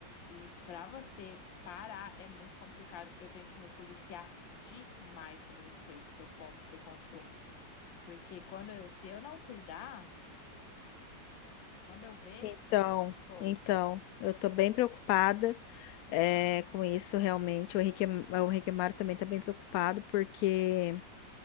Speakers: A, on the left; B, on the left.
A: e pra você parar é muito complicado. Eu tenho que me policiar demais sobre as coisas que eu como, que eu consumo. Porque quando eu- se eu não cuidar, quando eu ver,
B: Então,
A: foi.
B: então, eu tô bem preocupada é, com isso realmente. O Henrique, o Henrique Mário também tá bem preocupado porque